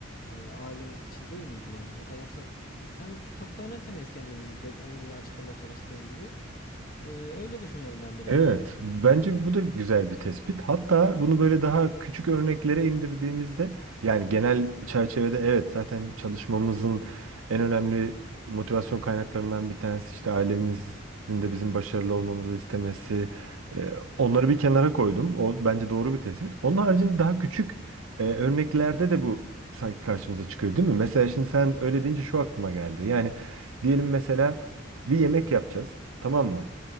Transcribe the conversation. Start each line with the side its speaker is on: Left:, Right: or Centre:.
Left: e, ailemiz için değil miydi yani? Burada yoksa biz hani çok da önemsemeyiz kendimizi de, az önce de açıklamaya çalıştığım gibi. E, öyle düşünüyorum ben biraz
Right: Evet,
Left: da.
Right: bence bu da güzel bir tespit. Hatta bunu böyle daha küçük örneklere indirdiğimizde, yani genel çerçevede evet zaten çalışmamızın en önemli motivasyon kaynaklarından bir tanesi işte ailemizin de bizim başarılı olmamızı istemesi. Ee, onları bir kenara koydum. O bence doğru bir tespit. Onun haricinde daha küçük e, örneklerde de bu sanki karşımıza çıkıyor, değil mi? Mesela şimdi sen öyle deyince şu aklıma geldi. Yani diyelim mesela bir yemek yapacağız, tamam mı?